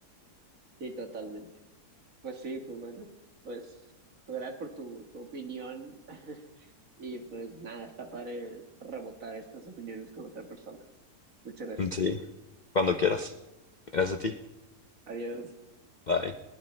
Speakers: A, on the right (about 55°); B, on the left (about 50°).
A: Sí, totalmente. Pues sí, pues bueno, pues, pues gracias por tu, tu opinión <laughs> y pues nada, está padre rebotar estas opiniones con otra persona. Muchas gracias.
B: Sí, cuando quieras. Gracias a ti.
A: Adiós.
B: Bye.